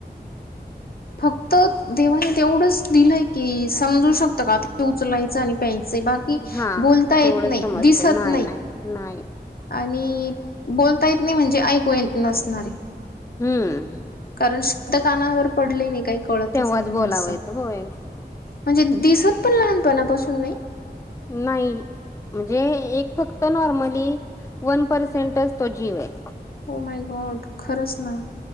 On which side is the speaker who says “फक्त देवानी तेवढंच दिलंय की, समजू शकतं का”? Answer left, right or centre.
Left